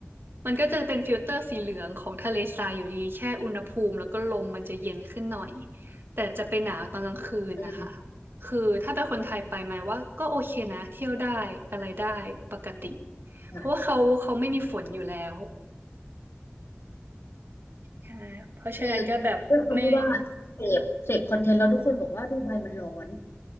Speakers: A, on the right (about 55°); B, on the left (about 70°).
A: มันก็จะเป็นฟิลเตอร์สีเหลืองของทะเลทรายอยู่ดีแค่อุณหภูมิแล้วก็ลมมันจะเย็นขึ้นหน่อยแต่จะไปหนาวตอนกลางคืนนะคะ
B: อืม
A: คือถ้าเป็นคนไทยไปไหมายว่าก็โอเคนะเที่ยวได้อะไรได้ปกติ
B: ค่ะ
A: เพราะว่าเขาเขาไม่มีฝนอยู่แล้วใช่เพราะฉะนั้นก็แบบไม่
B: คือด้วยความที่ว่าเสพเสพคอนเทนต์แล้วทุกคนบอกว่าดูไบมันร้อน